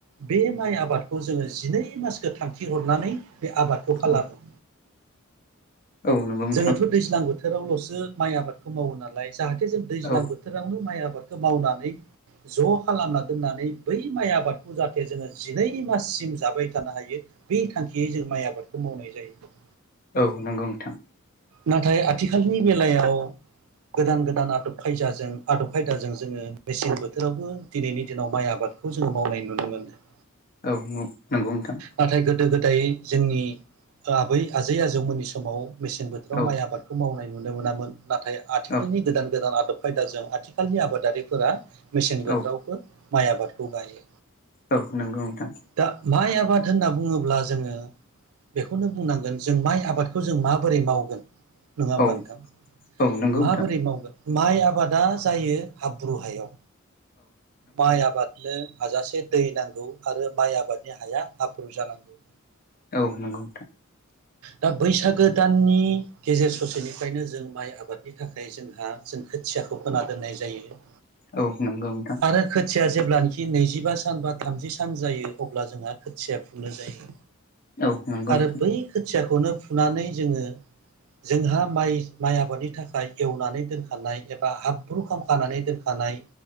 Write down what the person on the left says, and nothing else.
औ औ नंगौ नोंथां
औ
औ नंगौ नोंथां
औ नंगौ नोंथां
औ
औ
औ
औ नंगौ नोंथां
औ
औ नंगौ नोंथां
औ नंगौ नोथां
औ नंगौ नोंथां
औ नंगौ नोंथां